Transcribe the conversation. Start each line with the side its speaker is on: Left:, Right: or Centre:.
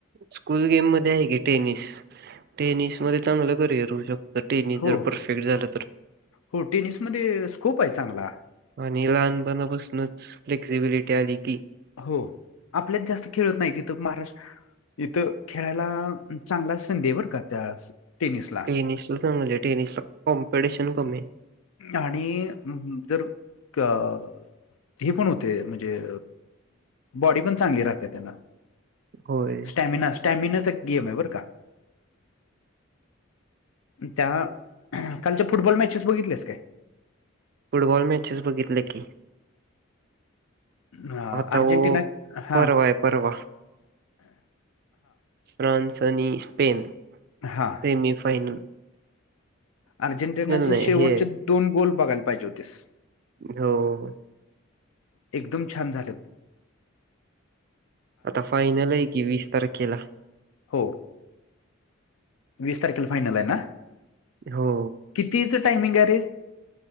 Right: स्कूल गेम मध्ये आहे की टेनिस टेनिस मध्ये चांगलं करियर होऊ शकत. टेनी
Left: हो
Right: जर परफेक्ट झालं तर.
Left: हो टेनिसमध्ये स्कोप आहे चांगला
Right: आणि लहानपणापासूनच फ्लेक्सिबिलिटी आली की
Left: हो आपल्यात जास्त खेळत नाही तिथं महाराष्ट्र इथं खेळायला चांगला संधी बरका त्या टेनिसला.
Right: टेनिस ला चांगले आहे टेनिस ला कॉम्पिटिशन कमी आहे.
Left: आणि जर अ ते पण होते म्हणजे बॉडी पण चांगली राहते त्यांना
Right: होय
Left: स्टॅमिना स्टॅमिनाचा एक गेम है बर का त्या कालच्या फुटबॉल मॅचेस बघितलेस काय.
Right: फुटबॉल मॅचेस बघितले की.
Left: ह
Right: आता
Left: अर्जेंटिना
Right: वो
Left: हा
Right: परवा आहे परवा फ्रान्स आणि स्पेन सेमीफायनल.
Left: हां अर्जेंटिनाचे
Right: नाही
Left: शेवटचे
Right: हे
Left: दोन बॉल बघायला पाहिजे होतेस.
Right: हो
Left: एकदम छान झाले.
Right: आता फायनल आहे की वीस तारखेला
Left: हो वीस तारखेला फायनल आहे ना.
Right: हो.
Left: कितीचं टायमिंग आहे रे.